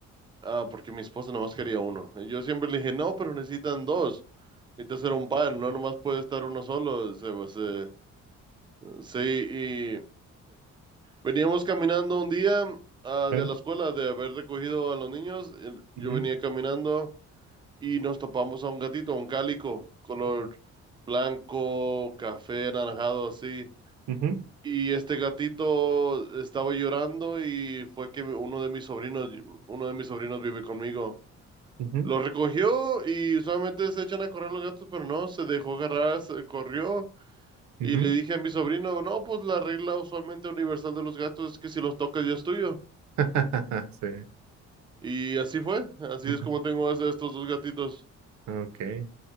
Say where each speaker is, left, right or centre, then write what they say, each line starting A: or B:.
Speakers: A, on the right; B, on the right.
A: ah, porque mi esposa nomás quería uno. Y yo siempre le dije, no, pero necesitan dos. Necesitas hacer un par, no nomás puede estar uno solo. Se, se- sí, y veníamos caminando un día ah,
B: ¿Eh?
A: de la escuela, de haber recogido a los niños. y
B: Ujú,
A: Yo venía caminando. y nos topamos a un gatito, un cálico, color blanco, café, anaranjado, así.
B: ujú,
A: Y este gatito estaba llorando y fue que uno de mis sobrinos, uno de mis sobrinos vive conmigo.
B: ujú,
A: Lo recogió y usualmente se echan a correr los gatos, pero no, se dejó agarrar, se corrió. Y
B: ujú.
A: le dije a mi sobrino, no, pues la regla usualmente universal de los gatos es que si los tocas ya es tuyo.
B: <laughs> Sí.
A: Y así fue, así
B: Ujú.
A: es como tengo es- estos dos gatitos.
B: Okay.